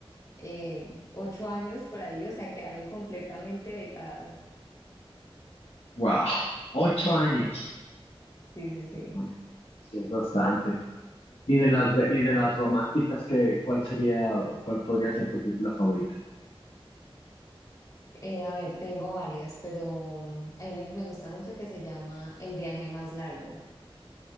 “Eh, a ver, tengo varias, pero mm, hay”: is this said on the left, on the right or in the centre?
Left